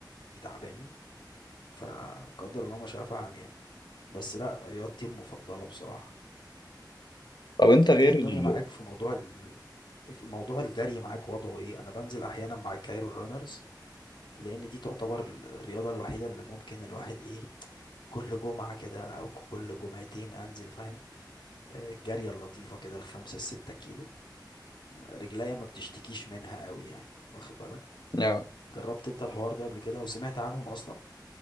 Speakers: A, on the left; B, on the left.
A: تعباني فقدر الله ما شاء فعل يعني بس لا رياضتي المفضلة بصراحة
B: طب أنت
A: أنت
B: غير
A: إيه الدنيا
B: ال
A: معاك في موضوع ال... في موضوع الجري معاك وضعه إيه أنا بنزل أحيانا مع الكايرو رانرز لان دي تعتبر ال- الرياضة الوحيدة اللي ممكن الواحد ايه كل جمعة كده او كل جمعتين انزل فاهم آه، الجارية اللطيفة كده الخمسة الستة كيلو م- رجليا ما بتشتكيش منها قوي يعني واخد بالك
B: اه
A: جربت انت الحوار ده قبل كده او سمعت عنهم اصلا